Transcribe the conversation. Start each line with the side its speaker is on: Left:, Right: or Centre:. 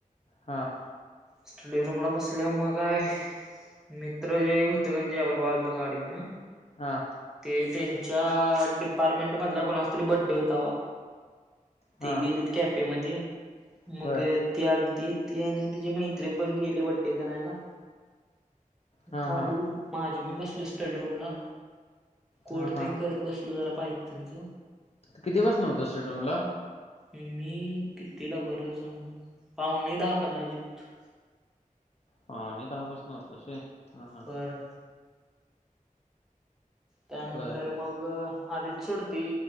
Left: हां!
Centre: स्टडी रूमला बसल्यावर मग काय मी होतं गंजे त्याबरोबर आलतो गाडीवन.
Left: हां!
Centre: ते त्यांच्या डिपार्टमेंटमधल्या कोणाचा तरी बड्डे होता.
Left: हां.
Centre: ती गेलेत कॅपे मध्ये मग
Left: बरं.
Centre: ती आलती ती आणि तिची मैत्रिण पण गेली बड्डे करायला.
Left: हां,
Centre: खाली
Left: हां,
Centre: माझी मी बसलो स्टडीरूमला कोडतीग
Left: हां, हां.
Centre: करत बस लेलो जरा पायथनच.
Left: किती पसणं होता स्टडी रूमला?
Centre: मी कितीला बरं सांगू पाहुणे दहा कदाचित!
Left: पाहुणे दहा पासन होतस होय? हां, हां.
Centre: होय! त्यानंतर
Left: बरं.
Centre: मग आलीत सोड ती